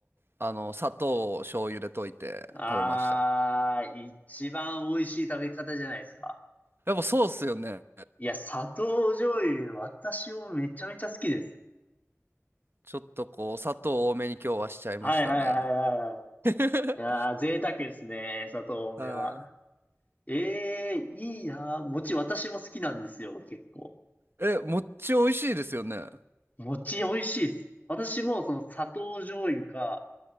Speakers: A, on the right; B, on the left.
A: あの、砂糖を醤油で溶いて食べました。
B: ああ、一番美味しい食べ方じゃないですか。
A: やっぱそうっすよね。
B: いや、砂糖醤油、私もめちゃめちゃ好きです。
A: ちょっとこう、砂糖多めに今日はしちゃいましたね。
B: はいはいはいはいはい。
A: <laughs>
B: いやー、贅沢ですね、砂糖多めは。
A: は
B: ええー、いいなー。餅私も好きなんですよ、結構。
A: い。え、餅美味しいですよね。
B: 餅美味しいです。私もその砂糖醤油か、